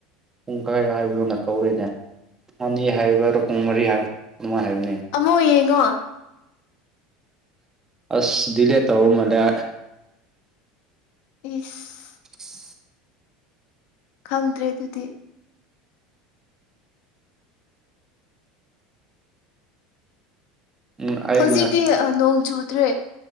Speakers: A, on the right; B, on the left.
A: ꯄꯨꯡꯈꯥꯏ ꯍꯥꯏꯕꯗꯨꯣꯅ ꯀꯧꯔꯦꯅꯦ ꯃꯅꯤ ꯍꯥꯏꯕ ꯀꯣꯡ ꯃꯔꯤ ꯍꯥꯏꯕꯥꯏ ꯍꯥꯏꯕꯅꯦ
B: ꯑꯃꯛ ꯌꯦꯡꯉꯣ
A: ꯑꯁ ꯂ ꯇ ꯑꯣ ꯃꯂ
B: ꯏꯁ
A: <inaudible>
B: ꯈꯪꯗ꯭ꯔꯦ ꯑꯗꯨꯗꯤ
A: ꯎꯝ ꯑꯩ
B: ꯍꯧꯖꯤꯛꯇꯤ ꯅꯣꯡ ꯆꯨꯗ꯭ꯔꯦ